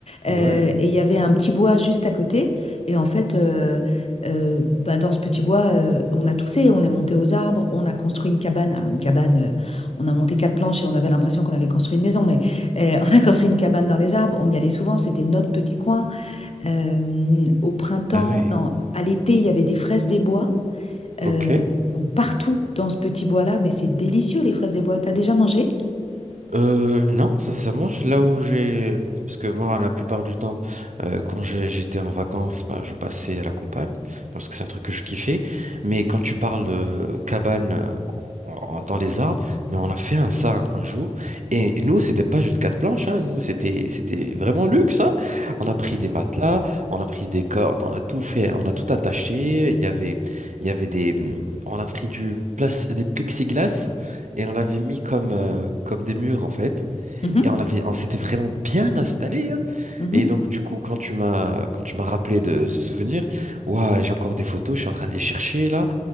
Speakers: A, on the right; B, on the left.
A: Ouais,
B: Euh, et il y avait un petit bois juste à côté. Et en fait, euh, euh, bah, dans ce petit bois, euh, on a tout fait. On est monté aux arbres, on a construit une cabane. Alors, une cabane, euh, on a monté quatre planches et on avait l'impression qu'on avait construit une maison, mais euh, <laughs> on a construit une cabane dans les arbres. On y allait souvent. C'était notre petit coin. Euh, au printemps,
A: Ah ouais.
B: non, à l'été, il y avait des fraises des bois.
A: ok.
B: euh, donc partout dans ce petit bois-là, mais c'est délicieux les fraises des bois. T'as déjà mangé?
A: Euh, non, sincèrement, je- là où j'ai, parce que moi, la plupart du temps, euh, quand j'ai- j'étais en vacances, bah, je passais à la campagne, parce que c'est un truc que je kiffais. Mais quand tu parles de cabane euh, en- en- dans les arbres, mais on a fait un, ça un, un jour. Et, et nous, c'était pas juste quatre planches, hein, nous, c'était, c'était vraiment luxe, hein. On a pris des matelas, on a pris des cordes, on a tout fait, on a tout attaché. Il y avait, il y avait des, on a pris du place, des plexiglas et on l'avait mis comme, euh, comme des murs en fait.
B: Mhm,
A: Et on avait, on s'était vraiment bien installé. hein.
B: mhm.
A: Et donc du coup, quand tu m'as, quand tu m'as rappelé de ce souvenir, ouah, j'ai encore des photos, je suis en train de les chercher là.